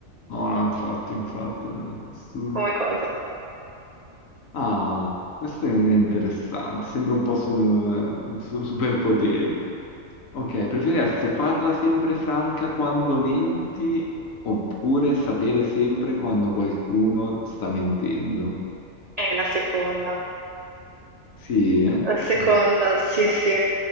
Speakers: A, on the left; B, on the right.
A: No, no, infatti, infatti. eh, su-
B: come cosa.
A: Ah, questo è interessante. Sembra un po' sul, eh, su superpoteri. Ok, preferiresti farla sempre franca quando menti oppure sapere sempre quando qualcuno sta mentendo?
B: È la seconda.
A: Sì, eh?
B: La seconda,
A: Mm.
B: sì, sì.